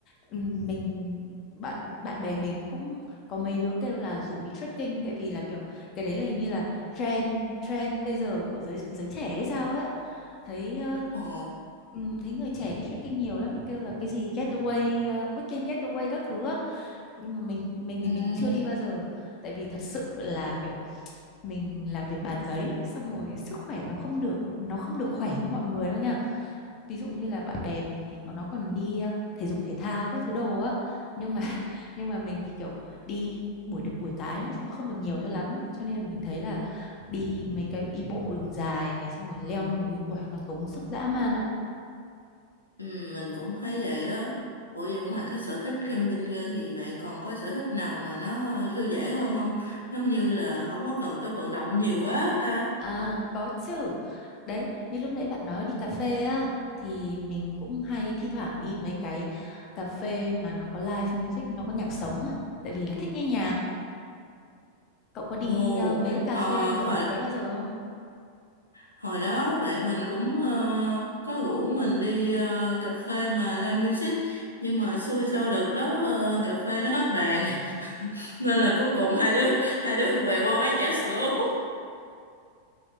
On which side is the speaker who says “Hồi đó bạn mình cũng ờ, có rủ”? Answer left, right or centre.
Left